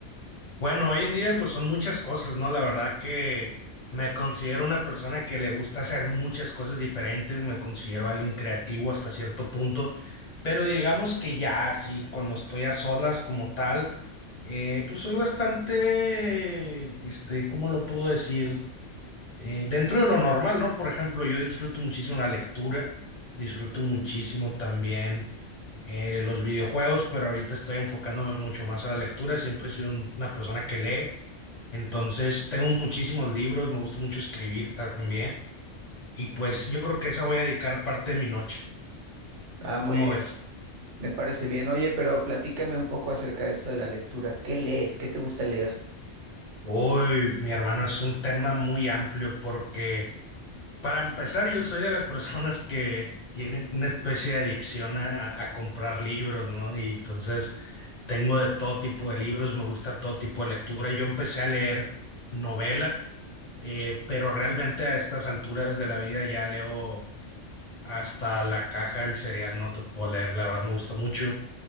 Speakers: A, on the left; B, on the right.
A: Bueno, hoy en día pues son muchas cosas, ¿no? La verdad que me considero una persona que le gusta hacer muchas cosas diferentes, me considero alguien creativo hasta cierto punto, pero digamos que ya así, cuando estoy a solas como tal, eh, pues soy bastante, este, ¿cómo lo puedo decir? Eh, dentro de lo normal, ¿no? Por ejemplo, yo disfruto muchísimo la lectura, disfruto muchísimo también eh, los videojuegos, pero ahorita estoy enfocándome mucho más a la lectura. Siempre he sido un- una persona que lee. Entonces, tengo muchísimos libros, me gusta mucho escribir también. Y pues yo creo que esa voy a dedicar parte de mi noche.
B: Ah, muy
A: ¿Cómo
B: bien,
A: ves?
B: me parece bien. Oye, pero platícame un poco acerca de eso de la lectura. ¿Qué lees? ¿Qué te gusta leer?
A: Uy, mi hermano, es un tema muy amplio porque Para empezar, yo soy de las personas que tiene una especie de adicción a, a comprar libros, ¿no? Y entonces tengo de todo tipo de libros, me gusta todo tipo de lectura. Yo empecé a leer novela, eh, pero realmente a estas alturas de la vida ya leo hasta la caja del cereal, no te puedo leer, la verdad me gusta mucho.